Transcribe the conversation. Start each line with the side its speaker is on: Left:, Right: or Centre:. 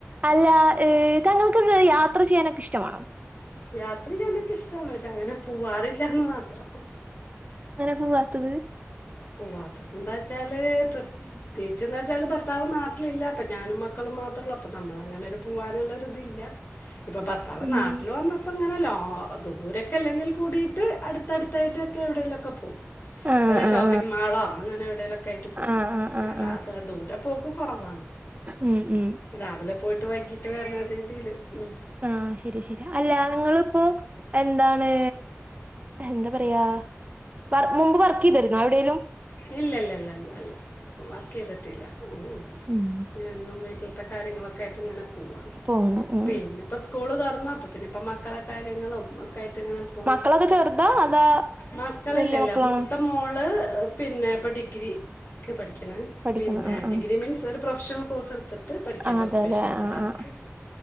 Right: അല്ല ഏ താങ്കൾക്ക് യാത്ര ചെയ്യാനൊക്കെ ഇഷ്ടമാണോ?
Left: യാത്ര ചെയ്യാനൊക്കെ ഇഷ്ട്ടാണ് പക്ഷേ അങ്ങനെ പോവാറില്ലാന്ന് മാത്രം
Right: പുവാത്തത്
Left: പുവാത്തത് എന്താ വെച്ചാല് പ്രത്യേകിച്ച് എന്താ വച്ചാല് ഭർത്താവ് നാട്ടിലില്ല അപ്പൊ ഞാനും മക്കളും മാത്രോള്ളപ്പൊ നമ്മള് അങ്ങനൊരു പുവാനുള്ളൊരിതില്ല ഇപ്പോ ഭർത്താവ്
Right: ഉം
Left: നാട്ടിൽ വന്നപ്പോൾ ഇങ്ങനെ ലോ ദൂരെ അല്ലെങ്കിൽ കൂടിട്ട് അടുത്തടുത്തായിട്ടൊക്കെ എവിടെലൊക്കെ പോകും
Right: ആഹ്
Left: വല്ലഷോപ്പി
Right: ആഹ്
Left: പ്പിങ്ങ് മാളോ അങ്ങനെ എവിടലൊക്കെ ആയിട്ട്
Right: ആഹ്
Left: പോകും.
Right: ആഹ് ആഹ് ആഹ്
Left: അല്ലാതെ
Right: ആഹ്
Left: ദൂരെ പോക്ക് കുറവാണ്.
Right: ഉം ഉം
Left: രാവിലെ പോയിട്ട് വൈകീട്ട് വരണ രീതിയില് ഉം
Right: ആ ശരി ശരി അല്ല നിങ്ങിളിപ്പോ എന്താണ് എന്താ പറയാ വർ മുമ്പ് വർക്ക് ചെയ്തിരുന്നോ എവിടേലും
Left: ഇല്ല ഇല്ല ഇല്ല ഇല്ല അല്ല വർക്ക് ചെയ്തിട്ടില്ല ഉം
Right: ഉം
Left: എന്നും വീട്ടിൽത്തെ കാര്യങ്ങളൊക്കെ ആയിട്ട് ഇങ്ങനെ പുവാണ്.
Right: പോണം ഉം
Left: പിന്നെ ഇപ്പോൾ സ്കൂള് തുറന്നപ്പോ പിന്നെ മക്കള കാര്യങ്ങളും യിട്ട് ഇങ്ങനെ പോണു.
Right: മക്കളൊക്കെ ചെറുതാ അതാ
Left: മക്കളില്ലല്ല
Right: വല്യ മക്കളാണോ
Left: മൂത്ത മോള് പിന്നെ ഇപ്പോൾ ഡിഗ്രിക്ക് പഠിക്കണ്
Right: പഠിക്കണ
Left: പിന്നെ
Right: ആഹ് ആഹ്
Left: ഡിഗ്രി മീൻസ് ഒരു പ്രൊഫഷണൽ കോഴ്സ് എടുത്തിട്ട് പഠിക്കണണ്ട്
Right: ആഹ്
Left: ഒക്യുപേഷൻ
Right: അതെല്ലേ
Left: തെറാപ്പി
Right: ആഹ് ആഹ്